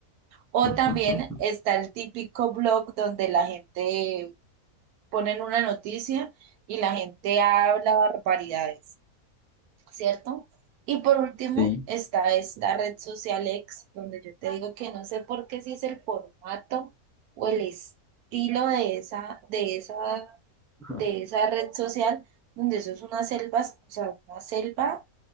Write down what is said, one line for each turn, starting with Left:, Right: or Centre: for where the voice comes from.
Right: O
Centre: ujú,
Right: también
Centre: <laughs>
Right: está el típico blog donde la gente ponen una noticia y la gente habla barbaridades, ¿cierto? Y por último
Centre: Sí.
Right: está esta red social X, donde yo te digo que no sé por qué si es el formato o el estilo de esa, de esa,
Centre: ujú.
Right: de esa red social, donde eso es una selva, o sea, una selva,